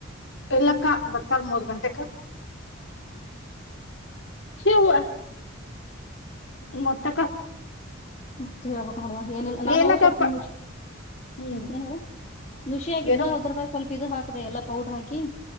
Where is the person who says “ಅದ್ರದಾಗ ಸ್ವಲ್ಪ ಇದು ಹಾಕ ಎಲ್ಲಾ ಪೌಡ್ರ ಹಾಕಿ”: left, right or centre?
Left